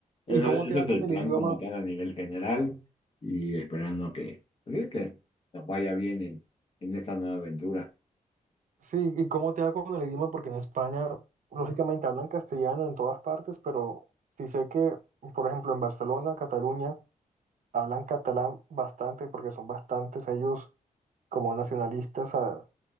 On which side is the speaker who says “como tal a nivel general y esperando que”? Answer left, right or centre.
Left